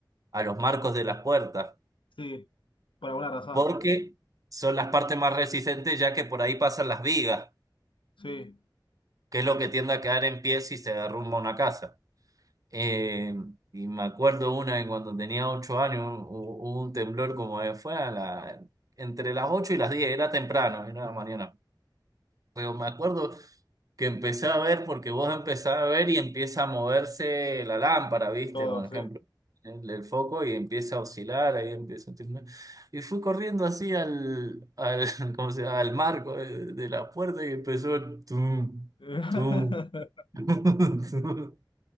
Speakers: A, on the right; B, on the left.
A: a los marcos de las puertas,
B: sí, por alguna razón,
A: porque son las partes más resistentes, ya que por ahí pasan las vigas,
B: sí,
A: que es lo que tiende a quedar en pie si se derrumba una casa. Eh, y me acuerdo una en cuando tenía ocho años, hu- hubo un temblor como fue a la, entre las ocho y las diez, era temprano, era la mañana. Pero me acuerdo que empecé a ver porque vos empezás a ver y empieza a moverse la lámpara, ¿viste?
B: todo,
A: Por
B: sí.
A: ejemplo, el, el foco y empieza a oscilar, ahí empieza a temblar. Y fui corriendo así al, al, <laughs> ¿cómo se llama? al marco de, de la puerta y empezó el tum,
B: <laughs>
A: tum, <laughs> tum.